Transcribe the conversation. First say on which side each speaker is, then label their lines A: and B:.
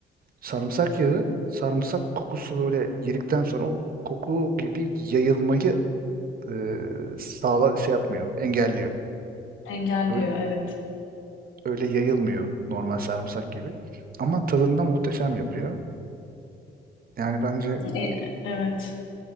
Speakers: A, on the right (about 45°); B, on the left (about 85°).
A: Sarımsak yağı, sarımsak kokusu böyle yedikten sonra o koku gibi yayılmayı e, sağla şey yapmıyor, engelliyor.
B: engelliyor
A: öyle,
B: evet.
A: öyle yayılmıyor normal sarımsak gibi. Ama tadında muhteşem yapıyor. Yani bence
B: E, evet.